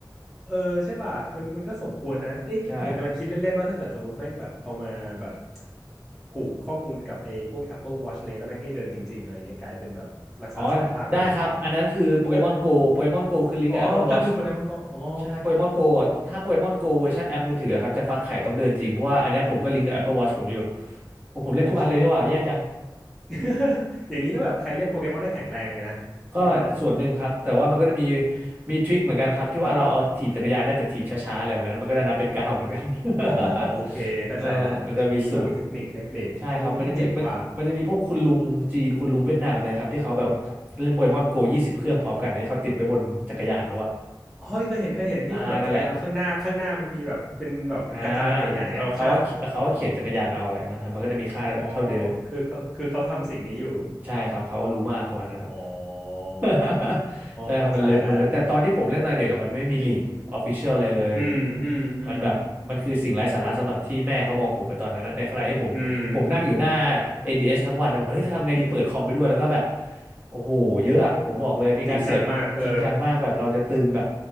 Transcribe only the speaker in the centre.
เออใช่ป่ะมันมันก็สมควรนะเอ้ยผมกำลังคิดเล่นๆว่าถ้าเกิดสมมติแม่งแบบเอามาแบบ
ผูกข้อมูลกับไอ้พวก Apple Watch อะไรเงี้ยแล้วแม่งให้เดินจริงๆอะไรเงี้ยกลายเป็นแบบรักษาสุขภาพกันไปเลย
ใช่ไหมอ๋อก็คือโปเกมอนก็อ๋อ
โอเค <laughs> อย่างนี้ก็แบบใครเล่นโปเกมอนได้แข็งแรงเลยนะถ้างั้นน่ะ
อ๋อโอเคเข้าใจแล้วมันจะมีแบบเทคนิคเทคนิคเออเจ๋งว่ะ
เฮ้ยเคยเห็นเคยเห็นที่มันแบบจักรยานแล้วข้างหน้าข้างหน้ามันมีแบบเป็นแบบกระจังใหญ่ๆอ่ะใช่ปะ
อ๋อคือเขาคือเขาทำสิ่งนี้อยู่
อ๋อ
เข้าใจแล้วอืมอืมอืม
อืม
จริงจังมากเออ